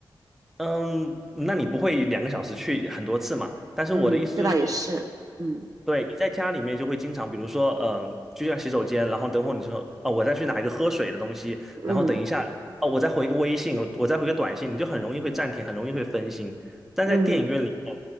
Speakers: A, in the centre; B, on the right.
A: 嗯，那你不会两个小时去很多次嘛？但是我的意思就是。
B: 嗯，这倒也是。嗯
A: 对，你在家里面就会经常，比如说，呃，就像洗手间，然后等会儿你说，哦，我再去拿一个喝水的东西，
B: 嗯
A: 然后等一下，哦，我再回个微信，我再回个短信，你就很容易会暂停，很容易会分心。但在电影院里面，
B: 嗯